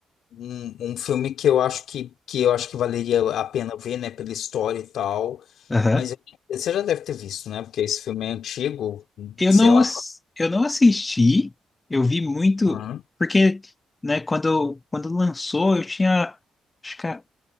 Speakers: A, on the left; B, on the left.
A: Um, um filme que eu acho que, que eu acho que valeria a pena ver, né, pela história e tal.
B: Aham.
A: Mas eu- você já deve ter visto, né? Porque esse filme é antigo,
B: Eu
A: sei
B: não,
A: lá.
B: ass- eu não assisti, eu vi muito,
A: Aham.
B: porque, né, quando, quando lançou, eu tinha, acho que a-